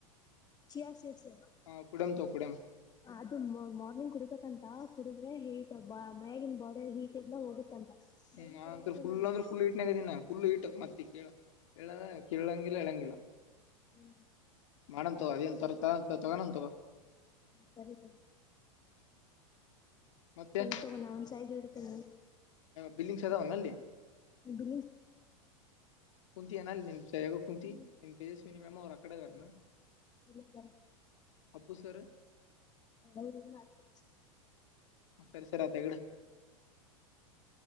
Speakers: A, on the left; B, on the left.
A: ಚಿಯಾ ಸೀಡ್ಸ್
B: ಹ ಕುಡಂ ತ ಕುಡಂ
A: ಅದು ಮಾರ್ನಿಂಗ್ ಕುಡಬೇಕಂತ ಕುಡಿದ್ರೆ ಹೀಟ್ ಮಯಗನ್ ಬಾಡಿ ಹೀಟ್ ಎಲ್ಲ ಹೋಗುತ್ತಂತ
B: ಹ್ಮ್ಂತ
A: ಡೈಲಿ ಕುಡಿಯಕತ್ತೀನಿ
B: ರುಲ್
A: ನಾನು
B: ಅ್ರ ಫುಲ್ ಈಟ್ನಾಗ ಇದಿನ ಫುಲ್ ಈ ಮತ್ತೆ ಹೇಳದ ಕೇಳೊಂಗಿಲ್ಲ ಹೇಳಳಂಗಿಲ್ಲ
A: ಹ್ಮ್
B: ಮಾಡಂತವ ಅದೇನ್ ತ ತಗ ತಗೋಂತವ
A: ಹ್ಮ ಸರಿ ಸರಿ
B: ಮತ್ತೆ
A: ಸರಿ ತಗೋಣ ಒಂದ್ ಸೈಡ್ ಇಡ್ತೇನೆ
B: ಬಿಲ್ಲಿಂಗ್ದಾವ್ ಅಲ್ಲಿ
A: ಅ್ದ
B: ಕುಂತ ಅನಲ್ಲ ನಿಮ್ಮ ಜಗ ಕುಂತ
A: ಹ್ಮ್
B: ನಿಮ್ಮ ಪೇಜಸ್ವಿಿನಿ ಮ್ಯಾಮ್ ಅವರು ಅಕಡೆಗನಾ
A: ಹ
B: ಉಸರು
A: ಹ ಅತ್ತ
B: ಸರಿ ಸರಿ ಅತಗಡೆ